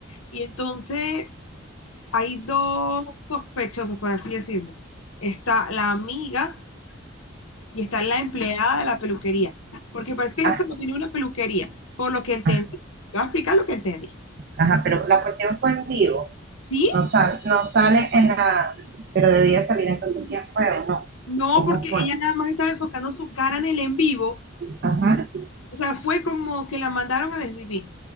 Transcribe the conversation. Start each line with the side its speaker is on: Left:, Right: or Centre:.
Left: Y entonces hay dos sospechosos, por así decirlo. Está la amiga y está la empleada de la peluquería, porque parece que la
Right: Ah,
Left: chama tenía una peluquería, por lo que entendí.
Right: ah,
Left: Te voy a explicar lo que entendí.
Right: ajá, pero la cuestión fue en vivo.
Left: ¿Sí?
Right: No sale, no sale en la... Pero debería salir entonces quién fue o no.
Left: No,
Right: ¿Cómo
Left: porque
Right: fue?
Left: ella nada más estaba enfocando su cara en el en vivo
Right: Ajá,
Left: O sea, fue como que la mandaron a desvivir.